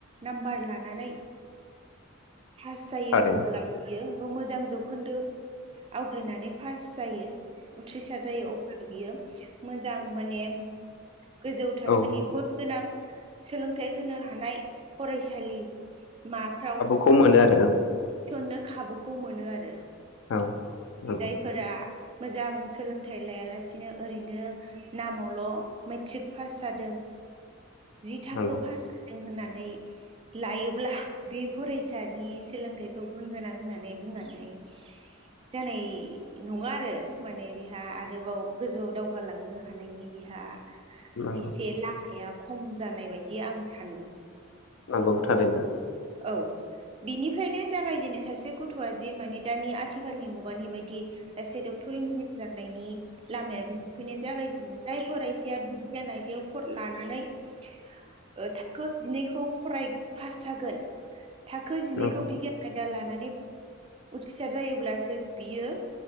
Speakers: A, on the right; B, on the left.
A: नाम्बार लानानै पास जायो
B: थारैनो
A: अब्ला बियो मोजां जौखोन्दो आव ग्रिनानै फास जायो उथ्रिसार जायो अब्ला बियो मोजां माने गोजौ थाखोनि
B: औ
A: गुन गोनां सोलोंथाइ होनो हानाय फरायसालि माफ्राव
B: खौ मोनो आरो ओं
A: थिसननो खाबुखौ मोनो आरो
B: औ नंगौ
A: जायफोरा मोजां सोलोंथाइ लायालासिनो ओरैनो नामावल' मेथ्रिक फास जादों जि थाखो
B: नंगौ
A: फास जादों होननानै लायोब्ला बे फरायसानि सोलोंथाइखौ गुन गोनां होननानै बुंनानै दोनै नङा आरो माने बेहा आरोबाव गोजौआव दावगालांनो हानायनि बेहा
B: नंगौ
A: इसे लामाया खम जानाय बायदि आं सानो
B: नंगौ थारैनो
A: औ बिनिफ्रायनो जागायजेनो सासे गथ'आ जि माने दानि आथिखालनि मुगानि बायदि गासै डख्थर, इन्जिनियार जा नायनि लामाया बेनिफ्रायनो जागायजेनो जाय फरायसाया बिगियान आयदायाव फ लानानै ओ थाखो जिनैखौ फराय फास जागोन थाखो जिनैखौ
B: नंगौ
A: बिगियान आयदा लानानै उथ्रिसार जायोब्लासो बियो